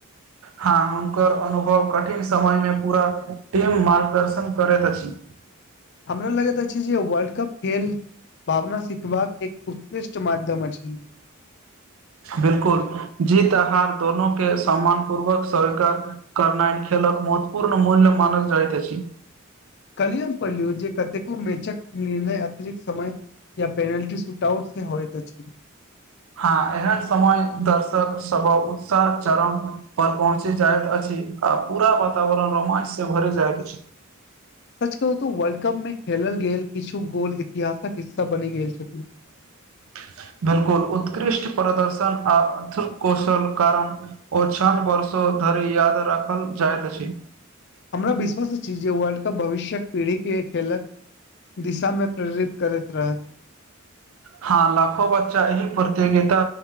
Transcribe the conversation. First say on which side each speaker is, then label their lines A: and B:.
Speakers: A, on the right (about 75°); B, on the left (about 55°).
A: हँ हुनकर अनुभव कठिन समय में, पूरा टीम मार्गदर्शन करैत अछि। <unintelligible>
B: हमरा लगैत अछी जे वर्ल्ड कप खेल। भावना सिखबाक एक उत्कृष्ट माध्यम अछि।
A: बिल्कुल, जीत-हार दोनों के सम्मानपूर्वक स्वीकार करनाइन। महत्वपूर्ण मूल्य मानल जाइत अछी।
B: कल्हि हम पढ़लियौ, जे कतेको मेचक निर्णय अतिरिक्त समय। या प्लेटी सुट-आउट से होयत अछि।
A: हँ, एहन समय दर्शक सभक उत्साह चरण पर पहुँची जाइत अछि। आ पूरा वातावरण रोमांच से भर जायत अछि।
B: सच कहू त वर्ल्ड कप में खेलल गेल, किछु गोल इतिहासक हिस्सा बनि गेल छथिन।
A: <unintelligible> बिल्कुल, उत्कृष्ट प्रदर्शन आ अर्थकौशल कारण ओ छान वर्ष। धरि याद रखल जाइत अछि।
B: हमरा विश्वास अछि, जे वर्ल्ड कप भविष्य पीढ़ी के खेलक। दिशा में प्रेरित करैत रहत।
A: हँ, लाखो बच्चा एहि प्रतियोगिता